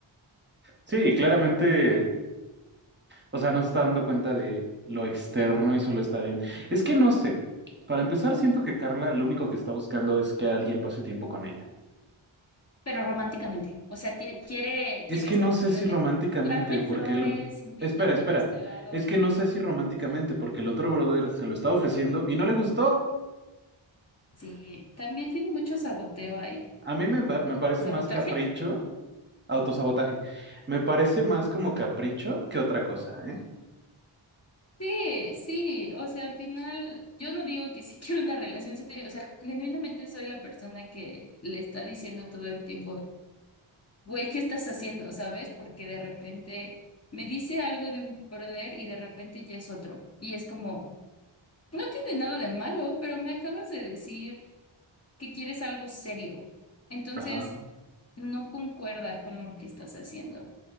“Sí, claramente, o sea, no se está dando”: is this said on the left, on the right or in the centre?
Right